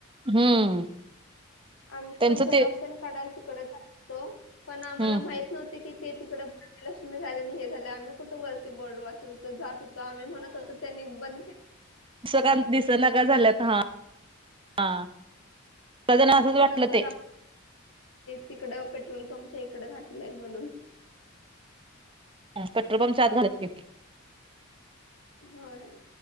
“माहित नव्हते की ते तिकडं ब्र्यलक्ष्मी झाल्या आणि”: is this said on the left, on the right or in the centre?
Left